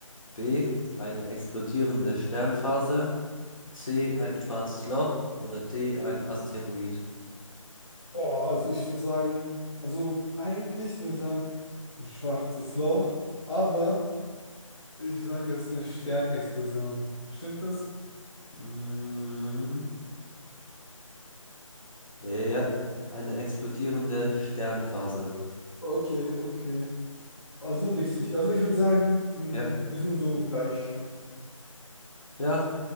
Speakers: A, on the left (about 70°); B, on the left (about 50°).
A: B, eine explodierende Sternphase. C, ein schwarzes Loch. Oder D, ein Asteroid.
B: Oh, also ich würde sagen, also eigentlich würde ich sagen, ein schwarzes Loch, aber ich sage, es ist eine Sternexplosion. Stimmt das?
A: Mm, Ja, ja, ja. eine explodierende Sternphase.
B: Okay, okay. Also richtig. Also ich würde sagen, mh,
A: Ja,
B: wir sind so Gleichstand.
A: ja,